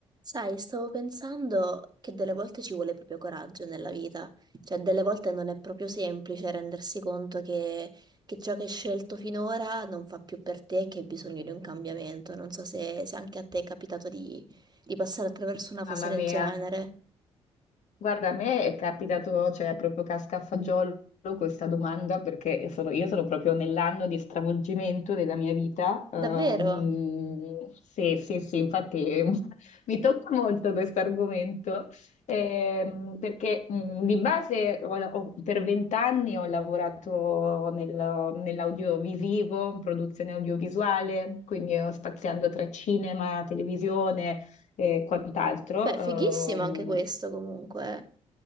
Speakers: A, on the right; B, on the left.
A: Sai, stavo pensando che delle volte ci vuole proprio coraggio nella vita, cioè delle volte non è proprio semplice rendersi conto che, che ciò che hai scelto finora non fa più per te e che hai bisogno di un cambiamento. Non so se, se anche a te è capitato di, di passare attraverso una fase
B: Mamma
A: del
B: mia,
A: genere.
B: Guarda, a me è capitato, cioè, proprio casca a fagiolo questa domanda perché sono- io sono proprio nell'anno di stravolgimento della mia vita. Ehm,
A: Davvero?
B: sì, sì, sì, infatti <laughs> mi tocca molto questo argomento ehm, perché mh, di base ho la- ho- per vent'anni ho lavorato nel- nell'audiovisivo, in produzione audiovisuale, quindi ho spaziando tra cinema, televisione e quant'altro.
A: Beh,
B: ehm,
A: fighissimo anche questo comunque. eh.